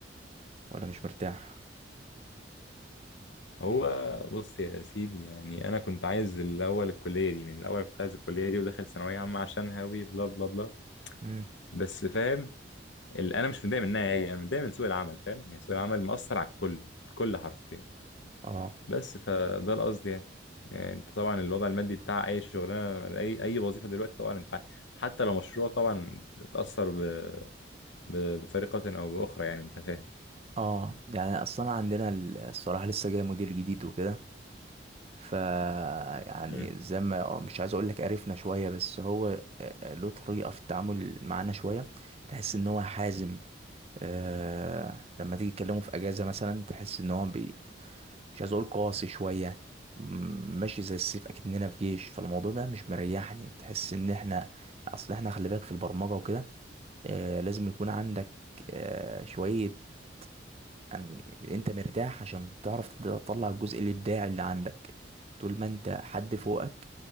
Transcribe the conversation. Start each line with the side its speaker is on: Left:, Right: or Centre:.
Right: ولا مش مرتاح
Left: هو بص يا سيدي يعني انا كنت عايز الاول الكليه دي من الاول كنت عايز الكليه دي وداخل ثانويه عامه عشان هاوي بلا بلا بلا
Right: مم.
Left: بس فاهم ال- انا مش متضايق منها هي انا متضايق من سوق العمل فاهم يعني سوق العمل مأثر على الكل الكل حرفيا
Right: اه
Left: بس فده القصد يعني. يعني انت طبعا الوضع المادي بتاع اي شغلانه اي اي وظيفه دلوقتي طبعا انت عارف، حتى لو مشروع طبعا اتاثر ب... ب... بطريقه او باخرى يعني انت فاهم
Right: اه يعني اصلا عندنا ال- الصراحه لسه جاي مدير جديد وكده ف يعني
Left: مم.
Right: زي ما آه، مش عايز اقول لك قرفنا شويه بس هو آه، آه، له طريقه في التعامل معانا شويه تحس ان هو حازم آه لما تيجي تكلمه في اجازه مثلا تحس ان هو بي... مش عايز اقول قاسي شويه م- ماشي زي السيف اكننا في جيش فالموضوع ده مش مريحني تحس ان احنا اصل احنا خلي بالك في البرمجه وكده آه، لازم يكون عندك آه، شوية يعني انت مرتاح عشان تعرف تطلع الجزء الابداعي اللي عندك طول ما انت حد فوقك